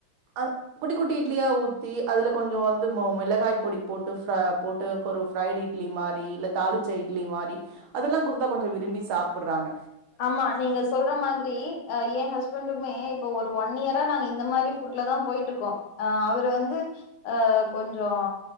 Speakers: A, on the right; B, on the left.
A: அ குட்டி குட்டி இட்லியா ஊத்தி அதுல கொஞ்சம் வந்து மு மிளகாய் பொடி போட்டு ஃபர போட்டு பொறுஃ ஃப்ரைட் இட்லி மாறி இல்ல தாளிச்சா இட்லி மாறி அதெல்லா குடுத்தா கொஞ்ச விரும்பி சாப்றாங்க
B: ஆமா நீங்க சொல்ற மாதிரி ஆ என் ஹஸ்பண்டுக்குமே இப்போ ஒரு ஒன் இயரா நாங்க இந்த மாதிரி ஃபுட்ல தா போயிட்டு இருக்கோ ஆ அவரு வந்து அ கொஞ்சம்